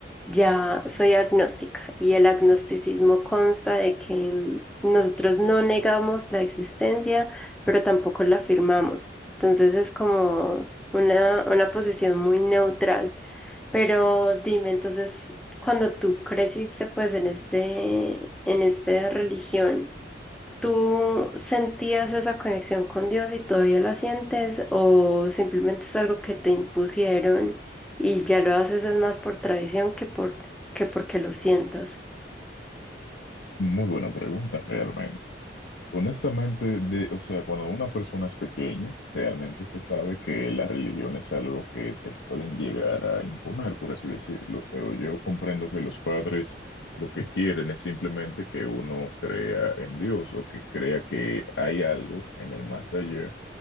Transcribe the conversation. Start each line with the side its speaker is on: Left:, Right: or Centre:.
Centre: ya soy agnóstica. Y el agnosticismo consta de que mm, nosotros no negamos la existencia, pero tampoco la afirmamos. Entonces es como una, una posición muy neutral. Pero dime, entonces, cuando tú creciste pues en este, en esta religión, ¿Tú sentías esa conexión con Dios y todavía la sientes o simplemente es algo que te impusieron y ya lo haces es más por tradición que por que porque lo sientas?
Left: Muy buena pregunta, realmente. Honestamente, de, o sea, cuando una persona es pequeña, realmente se sabe que la religión es algo que te pueden llegar a imponer, por así decirlo, pero yo comprendo que los padres lo que quieren es simplemente que uno crea en Dios o que crea que hay algo en el más allá